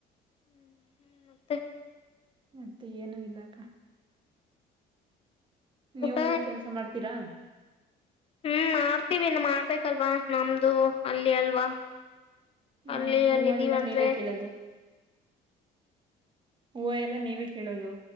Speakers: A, on the left; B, on the right.
A: ಹ್ಮ್ ಹ್ಮ್ ಮತ್ತೆ
B: ಮತ್ತೆ ಏನು ಇಲ್ಲ ಅಕ್ಕ ನೀವು
A: ಊಟ
B: ಕೆಲ್ಸ ಮಾಡ್ತೀರಾ
A: ಹ್ಮ್ ಮಾಡ್ತೀವಿನ್ ಮಾಡ್ಬೇಕಲ್ವಾ ನಮ್ದು ಅಲ್ಲಿ ಅಲ್ವಾ.
B: ಹ್ಮ್
A: ಅಲ್ಲಿ
B: ಹೂವು
A: ಅಲ್ಲಿ ಇದೀವಿ
B: ಎಲ್ಲಾ
A: ಅಂದ್ರೆ
B: ನೀವೇ ಕೀಳಧೂ. ಹೂವು ಎಲ್ಲ ನೀವೇ ಕೀಳೋದು.